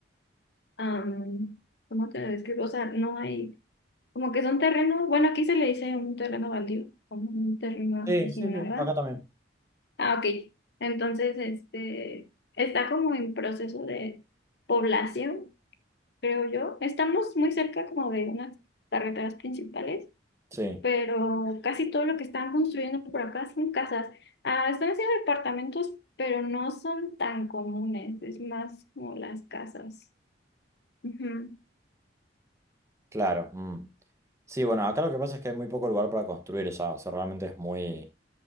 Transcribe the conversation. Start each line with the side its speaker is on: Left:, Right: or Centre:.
Left: am, ¿cómo te lo describo? O sea, no hay, como que son terrenos. Bueno, aquí se le dice un terreno baldío, como un terreno
Right: Sí,
Left: así sin
Right: sí, sí,
Left: nada.
Right: acá también.
Left: Ah, ok. Entonces, este, está como en proceso de población. creo yo. Estamos muy cerca como de unas carreteras principales,
Right: Sí,
Left: pero casi todo lo que están construyendo por acá son casas. Ah, están haciendo departamentos, pero no son tan comunes, es más como las casas. Ujú.
Right: claro. mm. Sí, bueno, acá lo que pasa es que hay muy poco lugar para construir ya, o sea, realmente es muy...